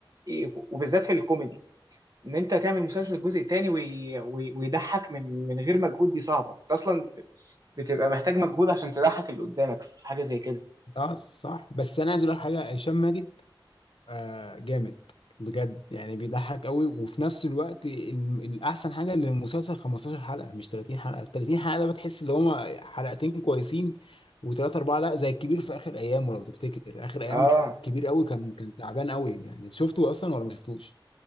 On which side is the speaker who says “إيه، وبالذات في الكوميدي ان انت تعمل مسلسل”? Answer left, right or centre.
Right